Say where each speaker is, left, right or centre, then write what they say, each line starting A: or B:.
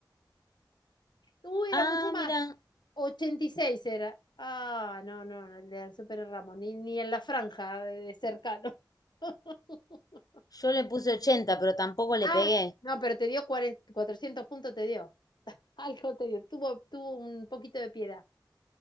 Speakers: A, on the left; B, on the left.
A: Uy,
B: Ah,
A: era mucho más.
B: mira,
A: 86 era. Ah, no, no, no, el de Super Ramos, ni, ni en la franja de cercano. <laughs>
B: yo le puse 80, pero tampoco le
A: Ah,
B: pegué.
A: no, pero te dio cuare- 400 puntos, te dio. Algo te dio. Tuvo, tuvo un poquito de piedad.